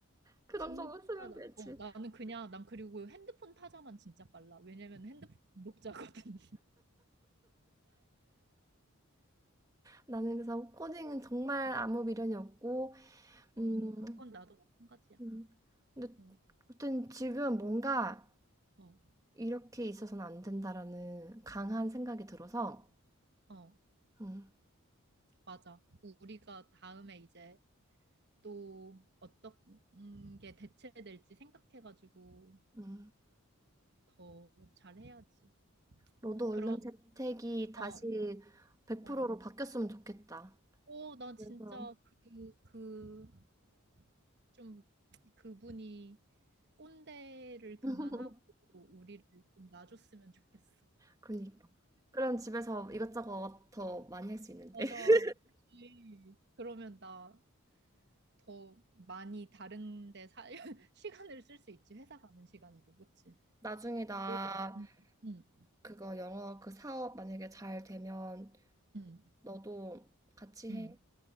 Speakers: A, on the right; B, on the right.
A: 그런
B: 진짜
A: 거만 쓰면
B: 나,
A: 되지.
B: 어, 나는 그냥, 난 그리고 핸드폰 타자만 진짜 빨라. 왜냐면 핸드폰 독자거든
A: 나는 그래서 코딩은 정말 아무 미련이 없고,
B: <laughs> 어,
A: 음,
B: 그건 나도 마찬가지야.
A: 음. 근데
B: 어,
A: 아무튼 지금 뭔가
B: 어,
A: 이렇게 있어서는 안 된다라는 강한 생각이 들어서,
B: 어,
A: 음,
B: 맞아. 우리가 다음에 이제 또 어떤 게 대체될지 생각해가지고
A: 음.
B: 더 잘해야지.
A: 너도
B: 그런,
A: 얼른 재택이 다시
B: 어,
A: 100%로
B: 어.
A: 바뀌었으면 좋겠다.
B: 오, 나 진짜
A: 그래서
B: 그, 그, 좀, 그분이 꼰대를
A: <laughs>
B: 그만하고 우리를 좀 놔줬으면 좋겠어.
A: 그니까. 그럼 집에서 이것저것 더 많이 할 수 있는데.
B: 맞아.
A: <laughs>
B: 그치. 그러면 나 더 많이 다른 데 사, <laughs> 시간을 쓸 수 있지. 회사 가는 시간도. 그치?
A: 나중에 나
B: 어, 응, 응,
A: 그거 영어 그 사업 만약에 잘 되면
B: 응,
A: 너도 같이
B: 응.
A: 해.